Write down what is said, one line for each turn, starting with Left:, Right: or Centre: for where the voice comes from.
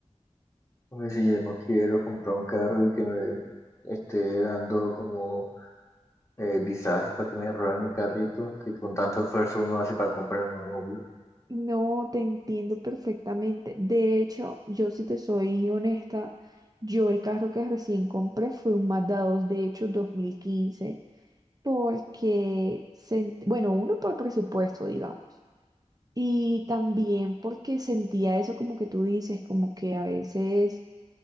Left: Porque si yo no quiero comprar un carro y que me esté dando como eh, visajes para que me roben mi carrito, que con tanto esfuerzo uno hace para comprar un obvio.
Right: No, te entiendo perfectamente. De hecho, yo si te soy honesta, yo el carro que recién compré fue un Mazda dos, de hecho, 2015 porque, sen- bueno, uno por presupuesto, digamos, y también porque sentía eso como que tú dices, como que a veces